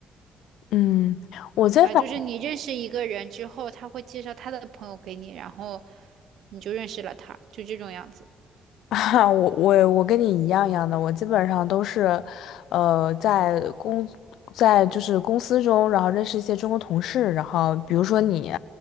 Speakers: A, on the left; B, on the right.
A: 嗯，我在法，
B: 明白？就是你认识一个人之后，他会介绍他的朋友给你，然后你就认识了他，就这种样子。
A: <laughs> 啊，我我我跟你一样一样的，我基本上都是，呃，在公，在就是公司中，然后认识一些中国同事，然后比如说你，